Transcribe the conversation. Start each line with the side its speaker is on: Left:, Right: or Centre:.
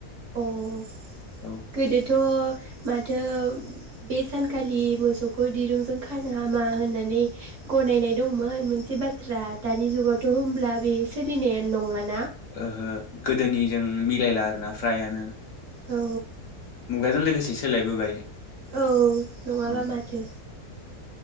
Right: अह।
Left: औ
Right: गोदोथ' माथो बे सानखालि मोसौखौ दिरुंजों खानो हाम मा होननानै गनायनाय दंमोन मोनसे बाथ्रा दानि जुगावथ' होम्ला बियो सोलिनो ए नंला।
Left: ओहो गोदोनिजों मिलायला आरोना फ्रायानो
Right: औ।
Left: मुगाजों लोगोसे सोलायबोबाय।
Right: औ नङाबा
Left: उम
Right: माथो।